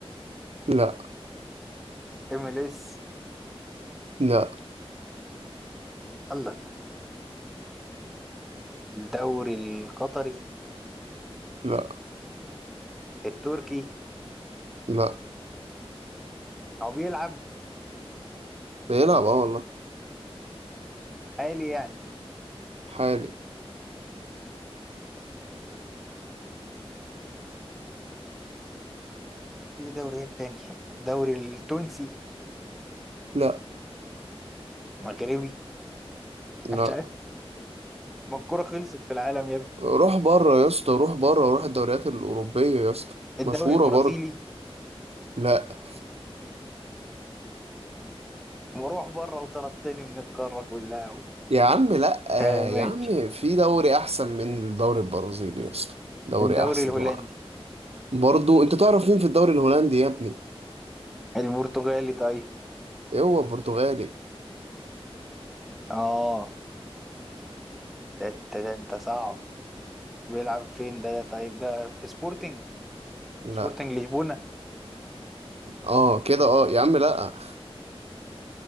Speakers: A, on the right; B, in the centre.
A: لا
B: ام ال اس
A: لا
B: الله الله الدوري القطري
A: لا
B: التركي
A: لا
B: هو بيلعب
A: بيلعب اه والله
B: حالي يعني
A: حالي
B: في دوريات تانية الدوري التونسي
A: لا
B: مغربي
A: لا
B: مش عارف ما الكورة خلصت في العالم يا ابني
A: روح بره يا اسطى روح بره روح الدوريات الأوروبية يا اسطى
B: الدوري
A: مشهورة
B: البرازيلي
A: برضه لا
B: ومروح بره وطردتني من القارة كلها اهو
A: يا عم لا
B: آه ماشي
A: يا عم في دوري أحسن من الدوري البرازيلي يا اسطى دوري
B: الدوري
A: أحسن
B: الهولندي
A: وع- برضه أنت تعرف مين في الدوري الهولندي يا ابني
B: البرتغالي طيب
A: إيه هو برتغالي
B: اه ده انت ده انت صعب بيلعب فين ده طيب ده في سبورتنج
A: لا
B: سبورتنج لشبونة
A: اه كده اه يا عم لا